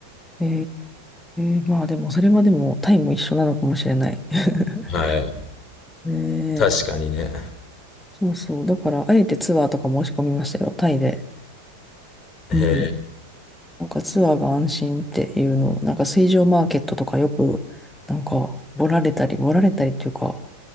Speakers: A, in the centre; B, on the left.
A: ええまあでも、それはでも、タイも一緒なのかもしれない。<laughs>
B: はい。
A: ねえ。
B: 確かにね。
A: そうそう。だから、あえてツアーとか申し込みましたよ、タイで。うん。
B: へ
A: なんかツアーが安心っていうの、なんか水上マーケットとかよく、なんか、ボラれたり、ボラれたりっていうか、